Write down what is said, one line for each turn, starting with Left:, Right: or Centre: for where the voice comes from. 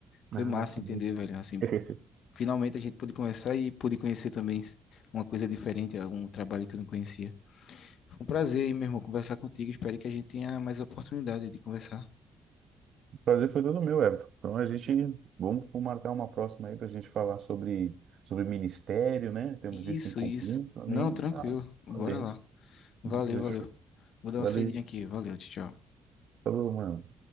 Right: Ah,
Left: foi massa
Right: sim.
Left: entender, velho, assim,
Right: <laughs>
Left: Finalmente a gente pôde conversar e pude conhecer também uma coisa diferente, algum trabalho que eu não conhecia. Foi um prazer, aí, meu irmão, conversar contigo. Espero que a gente tenha mais oportunidade de conversar.
Right: Prazer foi todo meu, Everton. Então a gente vamos marcar uma próxima aí para a gente falar sobre, sobre ministério, né? Temos
Left: Isso,
Right: isso em comum
Left: isso.
Right: também.
Left: Não, tranquilo.
Right: Tá,
Left: Bora
Right: tá dentro.
Left: lá. Valeu,
Right: <laughs> Deixa
Left: valeu.
Right: eu-
Left: Vou dar
Right: Valeu.
Left: uma saidinha aqui. Valeu, tchau. tchau.
Right: Falou, mano.